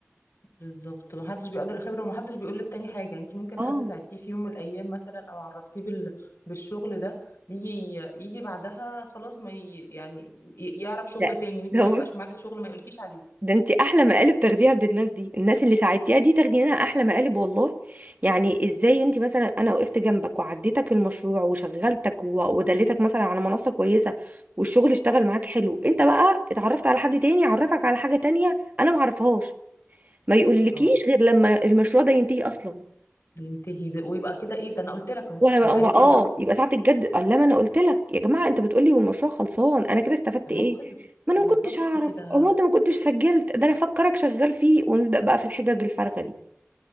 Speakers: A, on the left; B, on the right.
A: بالظبط محدش بيقدر الخبرة ومحدش بيقول للتاني حاجة يعني انت ممكن
B: اه
A: حد ساعدتيه في يوم من الأيام مثلا أو عرفتيه بال... بالشغل ده يجي يجي بعدها خلاص ما ي... يعني ي- يعرف شغل
B: ده
A: تاني وانت
B: ده
A: ما يبقاش
B: بص
A: معاكي شغل ما يقولكيش عليه
B: ده انت احلى مقالب تاخديها عند الناس دي الناس اللي ساعدتيها دي تاخدي منها احلى مقالب والله يعني ازاي انت مثلا انا وقفت جنبك وعديتك المشروع وشغلتك و- ودلتك مثلا على منصة كويسة والشغل اشتغل معاك حلو انت بقى اتعرفت على حد تاني عرفك على حاجة تانية انا معرفهاش ما يقولكيش
A: اه
B: غير لما المشروع ده ينتهي اصلا
A: ينتهي ب... ويبقى كده ايه ده أنا قلت لك أهو
B: وانا بقى
A: انت عايز
B: وما- اه
A: ايه بقى
B: يبقى ساعه الجد قال لما انا قلت لك يا جماعه انت بتقول لي والمشروع خلصان انا كده استفدت
A: طب
B: ايه
A: ما هو خلص
B: ما انا
A: بالظبط
B: ما كنتش اعرف
A: كده
B: او انت ما كنتش سجلت ده انا فكرك شغال فيه ونبدا بقى في الحجج الفارغه دي